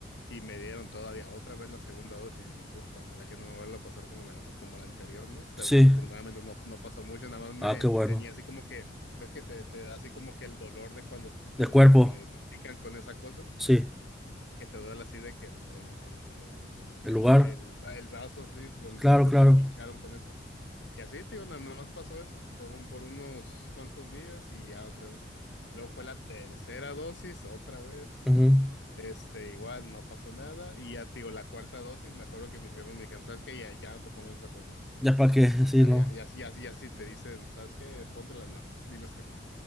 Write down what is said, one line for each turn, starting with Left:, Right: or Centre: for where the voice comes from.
Left: y me dieron todavía otra vez la segunda dosis y dije, puta, ojalá que no me vuelva a pasar como la, como la anterior, ¿no? Pero
Centre: Sí.
Left: pues afortunadamente no, no pasó mucho, nada más me,
Centre: Ah, qué
Left: me
Centre: bueno.
Left: tenía así como que, ves que te, te da así como que el dolor de cuando, de
Centre: De
Left: donde
Centre: cuerpo.
Left: te, te pican con esa cosa,
Centre: Sí.
Left: Ajá. que te duele así de que el, el, el, el,
Centre: El
Left: el,
Centre: lugar.
Left: el, va- el brazo, ¿sí? Don-
Centre: Claro,
Left: donde
Centre: claro.
Left: te pincharon con eso. Y así, te digo, nada nada más pasó eso por un, por unos cuantos días y ya otra vez. Luego fue la tercera dosis, otra vez.
Centre: Ujú.
Left: Este, igual no pasó nada. Y ya, te digo, la cuarta dosis, me acuerdo que mis jefes me dijeron, ¿sabes qué? Ya, ya no te pongas esa cosa.
Centre: Ya para qué, sí,
Left: Ya,
Centre: no.
Left: ya, ya, sí, ya, sí, ya, sí te dicen, ¿sabes qué? Póntela, no, diles que no.